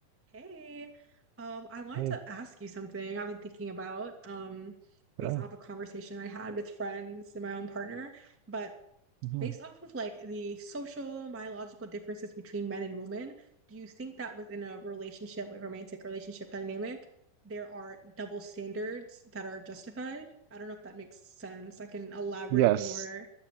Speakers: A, on the right; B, on the right.
A: Hey, um, I wanted
B: Hey,
A: to ask you something I've been thinking about, um, based
B: bro.
A: off a conversation I had with friends and my own partner, but
B: Mhm.
A: based off of like the social, biological differences between men and women, do you think that within a relationship, like romantic relationship dynamic, there are double standards that are justified? I don't know if that makes sense. I can elaborate
B: Yes.
A: more